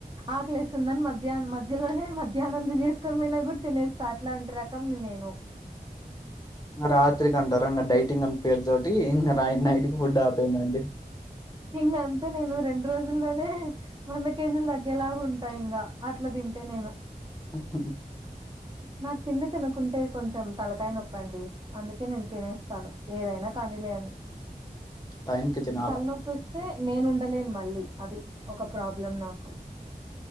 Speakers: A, on the right; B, on the left.
A: ఆ కలేస్తుందని మధ్యాహ్నం మధ్యలోనే మధ్యాహ్నం కుక్కర్ మీన కూడా తినేస్తా అట్లాంటి రకం నేను
B: రాత్రి కంటార ఇక డైటింగ్ అన్న పేరుతోటి ఇ రా నైట్ కి ఫుడ్ ఆపేయాండీ
A: ఇంక అంతా నేను రెండు రోజుల్లోనే వంద కేజీలు తగ్గేలాగా ఉంటా ఇంకా అట్లా తి అంటే నేను
B: అ
A: నాకు తిండి తినుకుంటే కొంచెం తలకాయ నొప్పండి అందుకే నేను తినేస్తాను ఏదైనా కానీలే అని
B: టైం కి తినాల
A: తలనొప్పి వస్తే నేను ఉండలేను మళ్ళీ అది ఒక ప్రాబ్లం నాకు